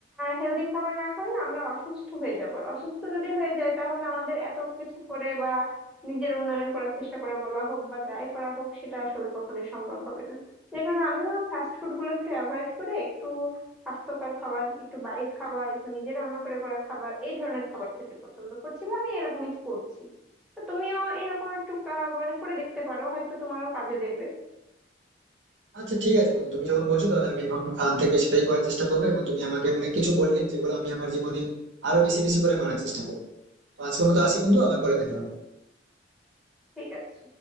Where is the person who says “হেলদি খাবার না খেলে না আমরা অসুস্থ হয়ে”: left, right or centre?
Centre